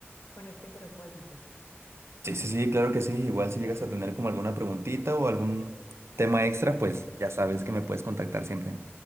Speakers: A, on the left (about 55°); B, on the right (about 70°).
A: con este propósito.
B: Sí, sí, sí, claro que sí. Igual si llegas a tener como alguna preguntita o algún tema extra, pues ya sabes que me puedes contactar siempre.